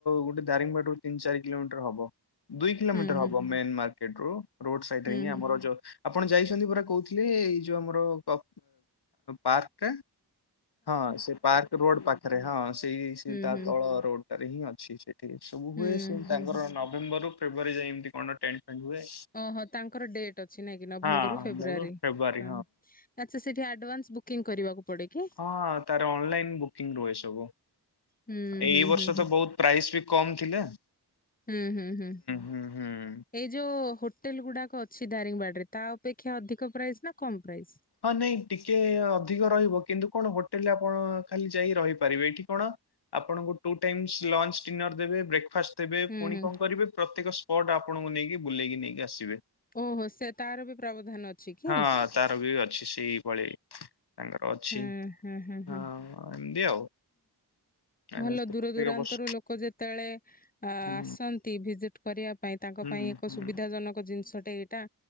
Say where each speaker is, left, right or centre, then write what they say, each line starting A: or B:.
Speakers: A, on the left (about 75°); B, on the left (about 20°).
A: ଗୋଟେ ଦାରିଙ୍ଗିବାଡିରୁ ତିନି ଚାରି କିଲୋମିଟର ହବ। ଦୁଇ କିଲୋମିଟର
B: ହୁଁ ହୁଁ
A: ହବ ମେନେ ମାକେଟେରୁ ରୋଡ ସାଇଟି
B: ହୁଁ
A: ହଁ
B: ହୁଁ
A: ଆମର ଯଉ ଆପଣ ଯାଇ କାଲି ପରା କହୁଥିଲି ଏଇ ଯୋଉ ଆମର ପା ପାର୍କ ଟା। ହଁ ସେ ପାର୍କ ରୋଡ ପାଖରେ ହଁ ସେଇ ସେ
B: ହଁ
A: ତା
B: ହୁଁ
A: ତଳ ରୋଡ ଟାରେ ହିଁ ଅଛି ସେ। ସବୁ
B: ହୁଁ
A: ହୁଏ
B: ହୁଁ
A: ସେ
B: ହୁଁ
A: ତାଙ୍କର
B: ହୁଁ
A: ନମ୍ଭେଵ ରରୁ ଫେବୃୟାରୀ ଯାଇଏ ଏମତି କଣ ଟେଣ୍ଟେ ଫେଣ୍ଟେ ହୁଏ।
B: ଓହୋ ତାଙ୍କର ଡେଟେ ଅଛି ନାଇଁ କି ନଭେମ୍ବରରୁ
A: ହଁ
B: ଫେବୃଆାରୀ
A: ଫେବୃୟାରୀ
B: ହଁ। ଆଚ୍ଛା ସେଠି ଆଡଭାନ୍ସ ବୁକିଂ କରିବାକୁ? ପଡେ କି
A: ହଁ ତାର ଅନଲାଇନ୍ ବୁକିଂ ରୁହେ ସବୁ
B: ହୁଁ
A: ଏଇ
B: ହୁଁ
A: ବର୍ଷ
B: ହୁଁ ହୁଁ
A: ତ ବହୁତ ପ୍ରାଇସ୍ ବି କମ୍ ଥିଲା।
B: ହୁଁ ହୁଁ ହୁଁ
A: ହୁଁ ହୁଁ।
B: ଏଇ ଯୋଉ ହୋଟେଲେ ଗୁଡାକ ଅଛି ଦାରିଙ୍ଗିବାଡ଼ି ରେ। ତା ଅପେକ୍ଷା ଅଧିକ ପ୍ରାଇସ୍ ନା କମ୍ ପ୍ରାଇସ୍?
A: ଅନେକ ଟିକେ ଅଧିକ ରହିବ କିନ୍ତୁ କଣ ହୋଟେଲେ ଆପଣ ଖାଲି ଯାଇ ରହିପାରିବେ କି କଣ? ଆପଣଙ୍କୁ ଟୁ ଟାଇମିସ୍ ଲଞ୍ଚ ଡିନର ଦେବେ ବ୍ରେକ୍ଫାଷ୍ଟେ ତେବେ
B: ହୁଁ
A: ପୁଣି
B: ହୁଁ
A: କଣ କରିବେ ପ୍ରତ୍ୟେକ ସ୍ପଟ୍ ଆପଣଙ୍କୁ ନେଇକି ବୁଲେଇକି ନେଇକି ଆସିବେ।
B: ଓହୋ ସେ ତାର ବି ପ୍ରଭଧାନ ଅଛି କି?
A: ହଁ ତାର ବି ଅଛି ସେଇଭଳି ତାଙ୍କର ଅଛି
B: ହୁଁ ହୁଁ ହୁଁ ହୁଁ।
A: ହଁ ଏନ୍ତି ଆଉ। ଆ
B: ଭଲ
A: ତ
B: ଦୂର
A: ପ୍ରତ୍ୟେକ
B: ଦୂରାନ୍ତରୁ
A: ବର୍ଷ
B: ଲୋକ ଯେତେବେଳେ ଆ
A: ହୁଁ
B: ଆସନ୍ତି ଭିଜିଟ୍ କରିବା ପାଇଁ ତାଙ୍କ
A: ହୁଁ
B: ପାଇଁ ଏକ
A: ହୁଁ
B: ସୁବିଧା ଜନକ ଜିନିଷଟେ ଏଇଟା